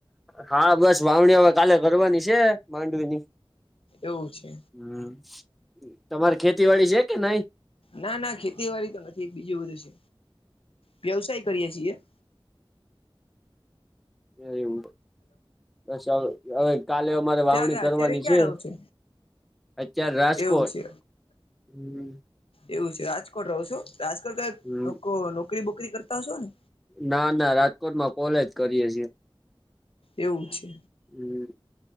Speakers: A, in the centre; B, on the left.
A: હ હા બસ વાવણીયા વ કાલે કરવાની છે માંડવીની
B: એવું છે
A: હમ તમારે ખેતી વાડી છે કે નહી
B: ના ના ખેતીવાડી તો નથી બીજું બધું છે વ્યવસાય કરીય છીએ હ
A: એ એવું બછ હવે કાલે અમારે વાવણી
B: ત્યાં
A: કરવાની
B: અત્યારે ક્યાં
A: છે
B: રહો છો
A: અત્યાર રાજકોટ
B: એવું છે
A: હમ
B: એવું રાજકોટ રહો છો રાજકોટ
A: હમ
B: ક નોકરી બોકરી કરતા હશો ને
A: ના ના રાજકોટમાં કોલેજ કરીએ છીએ
B: એવું છે
A: હમ